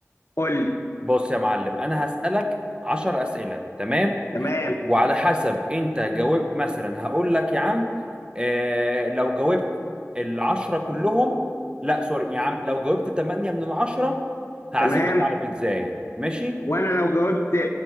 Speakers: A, on the left; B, on the right.
A: قول لي
B: بص يا معلم انا هسألك 10 أسئلة تمام
A: تمام
B: وعلى حسب انت جاوبت مثلا هقول لك يا عم آه لو جاوبت العشرة كلهم لا سوري يا عم لو جاوبت 8 من العشرة هعزمك
A: تمام
B: على بيتزاية ماشي
A: وانا لو جاوبت